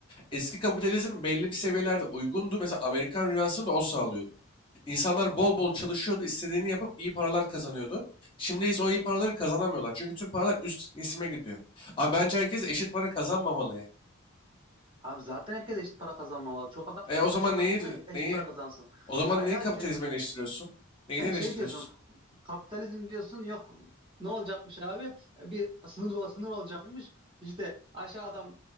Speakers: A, on the left (about 25°); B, on the right (about 25°).
A: Eski kapitalizm belli bir seviyelerde uygundu. Mesela Amerikan rüyasını da o sağlıyordu. İnsanlar bol bol çalışıyordu, istediğini yapıp iyi paralar kazanıyordu. Şimdi ise o iyi paraları kazanamıyorlar. Çünkü tüm paralar üst kesime gidiyor. Ama bence herkes eşit para kazanmamalı yani.
B: abi zaten herkes eşit para kazanmamalı. Çok adam ç-
A: E o
B: çalışan
A: zaman
B: adam
A: neyi
B: niye eşit
A: neyi
B: para kazansın?
A: o zaman
B: Hayır
A: neyi
B: abi
A: kapitalizmi
B: sen,
A: eleştiriyorsun? Neyini
B: sen
A: eleştiriyorsun?
B: şey diyorsun. Kapitalizm diyorsun. Yok ne olacakmış abi? E, Bir sınır ol- sınır olacakmış. İşte aşağı adam